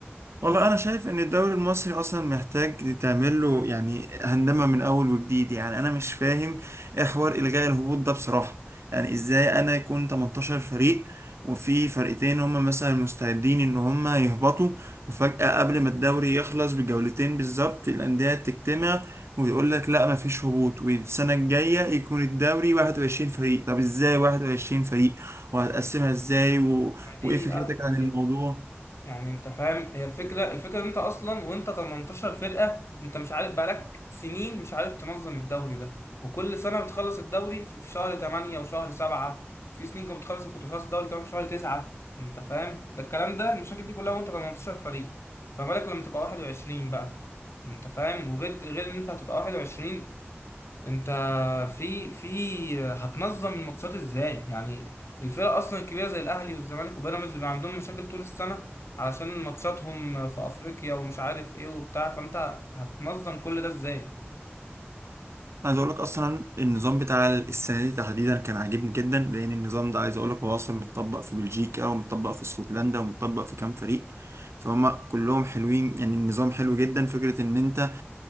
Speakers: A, on the right; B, on the left.
A: والله انا شايف ان الدوري المصري اصلا محتاج تعمل له يعني هندمه من اول وجديد يعني انا مش فاهم ايه حوار الغاء الهبوط ده بصراحه يعني ازاي انا يكون 18 فريق وفي فرقتين هم مثلا مستعدين ان هم يهبطوا وفجاه قبل ما الدوري يخلص بجولتين بالظبط الانديه تجتمع ويقول لك لا مفيش هبوط والسنه الجايه يكون الدوري 21 فريق طب ازاي 21 فريق وهتقسمها ازاي و...
B: دي
A: وايه فكرتك
B: ازمه
A: عن
B: دي
A: الموضوع
B: يعني انت فاهم هي الفكره الفكره ان انت اصلا وانت 18 فرقه انت مش عارف بقالك سنين مش عارف تنظم الدوري ده وكل سنه بتخلص الدوري في في شهر 8 وشهر 7 في سنين كنت بتخلص كنت بتخلص الدوري كمان في شهر 9 انت فاهم ده الكلام ده المشاكل دي كلها وانت 18 فريق فما بالك لما تبقى 21 بقى انت فاهم وغير غير ان انت هتبقى 21 انت في في هتنظم الماتشات ازاي يعني الفرق اصلا الكبيره زي الاهلي والزمالك وبيراميدز بيبقى عندهم مشاكل طول السنه علشان ماتشاتهم في افريقيا ومش عارف ايه وبتاع فانت هتنظم كل ده ازاي
A: عايز اقول لك اصلا النظام بتاع السنه دي تحديدا كان عاجبني جدا لان النظام ده عايز اقول لك هو اصلا متطبق في بلجيكا ومتطبق في اسكتلندا ومتطبق في كام فريق فهم كلهم حلوين يعني النظام حلو جدا فكره ان انت